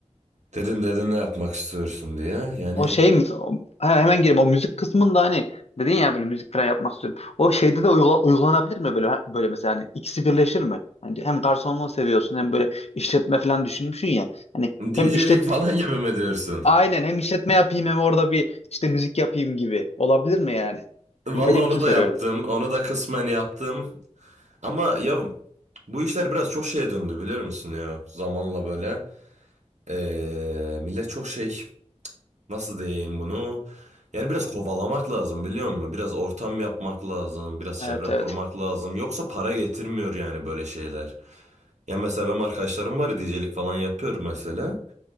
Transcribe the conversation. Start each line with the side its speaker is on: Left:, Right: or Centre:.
Right: dedin dedin ne yapmak istiyorsun diye. Yani
Left: O şey mi? o- ha, hemen gireyim o müzik kısmında hani dedin ya böyle müzik falan yapmak istiyorum. O şeyde de uygula- uygulanabilir mi böyle böyle mesela hani ikisi birleşir mi? Hani hem garsonluğu seviyorsun hem böyle işletme falan düşünmüşsün ya. Hani
Right: DJ'lik
Left: hem işlet
Right: falan <laughs> gibi mi diyorsun?
Left: aynen hem işletme yapayım hem orada bir işte müzik yapayım gibi. Olabilir mi yani?
Right: Valla
Left: Bilmediğim
Right: onu
Left: için soruyorum.
Right: da yaptım. Onu da kısmen yaptım. Ama ya bu işler biraz çok şeye döndü biliyor musun ya? Zamanla böyle. Ee, millet çok şey nasıl diyeyim bunu? Yani biraz kovalamak lazım biliyor musun? Biraz ortam yapmak lazım. Biraz
Left: Evet
Right: çevre
Left: evet.
Right: kurmak lazım. Yoksa para getirmiyor yani böyle şeyler. Ya mesela benim arkadaşlarım var DJ'lik falan yapıyor mesela.